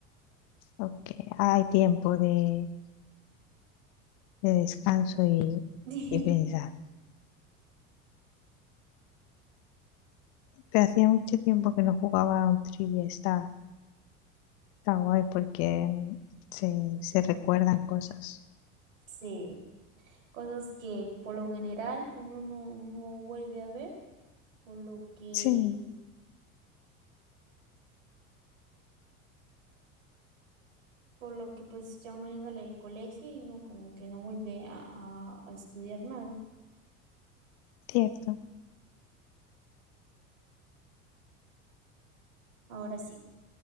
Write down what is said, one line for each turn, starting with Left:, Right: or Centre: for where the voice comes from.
Left: Ok, hay tiempo de, de descanso y,
Right: <laughs>
Left: y pensar. Pero hacía mucho tiempo que no jugaba a un trivia. Está, Está guay porque mm, se, se recuerdan cosas.
Right: Sí, cosas que por lo general uno no, no vuelve a ver, por lo que,
Left: Sí,
Right: por lo que pues ya uno ya sale del colegio y uno como que no vuelve a, a- a estudiar nada.
Left: cierto.
Right: Ahora sí.